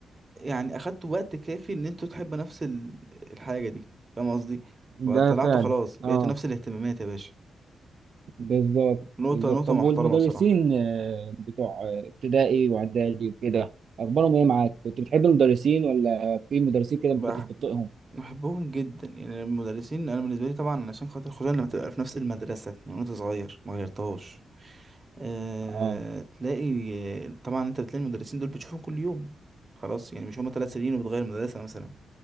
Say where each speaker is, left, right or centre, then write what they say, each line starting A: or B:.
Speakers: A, on the right (about 25°); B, on the right (about 60°).
A: يعني أخدتوا وقت كافي إن انتوا تحبوا نفس ال... الحاجة دي فاهم قصدي؟ فطلعتوا
B: ده فعلا
A: خلاص بقيتوا
B: اه
A: نفس الاهتمامات يا باشا
B: بالظبط
A: نقطة
B: بالظبط
A: نقطة
B: طب
A: محترمة
B: والمدرسين
A: بصراحة
B: آه، بتوع آه، ابتدائي واعدادي وكده اخبارهم ايه معاك كنت بتحب المدرسين ولا في مدرسين كده
A: بح...
B: ما كنتش بتطيقهم
A: بحبهم جدا يعني المدرسين أنا بالنسبة لي طبعا علشان خاطر خصوصا لما تبقى في نفس المدرسة من وأنت صغير ما غيرتهاش أه...
B: اه
A: تلاقي طبعا أنت بتلاقي المدرسين دول بتشوفهم كل يوم خلاص يعني مش هما ثلاث سنين وبتغير مدرسة مثلا